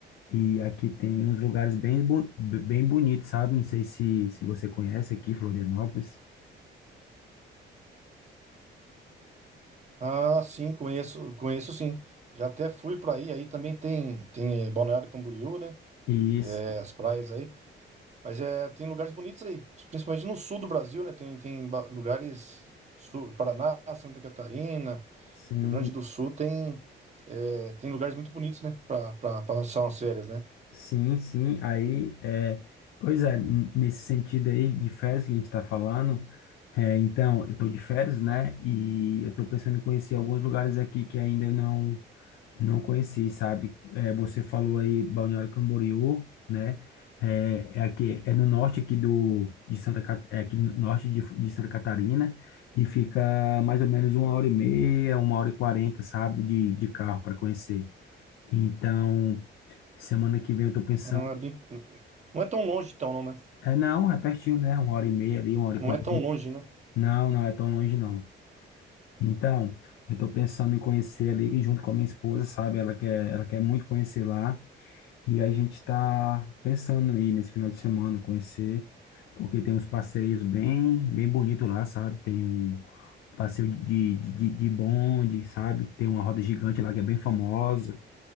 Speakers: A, on the left; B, on the right.
A: E aqui tem uns lugares bem, bo- bem bonitos, sabe? Não sei se, se você conhece aqui, Florianópolis.
B: Ah, sim, conheço, conheço sim. Já até fui pra aí, aí também tem tem eh, Balneário Camboriú, né?
A: E
B: É,
A: s-
B: as praias aí, mas é tem lugares bonitos aí, principalmente no sul do Brasil, né? Tem tem ba- lugares sul, Paraná, Santa Catarina,
A: sim,
B: Rio Grande do Sul tem eh, tem lugares muito bonitos, né? Pra pra- pra passar umas férias, né?
A: sim, sim. Aí, é, pois é, n- nesse sentido aí de férias que a gente está falando, é, então, eu estou de férias, né? E eu estou pensando em conhecer alguns lugares aqui que ainda eu não Não conheci, sabe? É, você falou aí Balneário Camboriú, né? É, é aqui, é no norte aqui do de Santa Ca- é aqui no norte de, de Santa Catarina e fica mais ou menos uma hora e meia, uma hora e quarenta, sabe? De, de carro para conhecer. Então, semana que vem eu tô pensando.
B: Ah, bem- não é tão longe então, não, né?
A: É não, é pertinho, né? Uma hora e meia ali, uma hora e
B: Não
A: quarenta.
B: é tão longe, né?
A: Não, não é tão longe não. Então, eu tô pensando em conhecer ali junto com a minha esposa, sabe? Ela quer, ela quer muito conhecer lá. E a gente está pensando em ir nesse final de semana conhecer, porque tem uns passeios bem, bem bonitos lá, sabe? Tem um passeio de, de, de de bonde, sabe? Tem uma roda gigante lá que é bem famosa.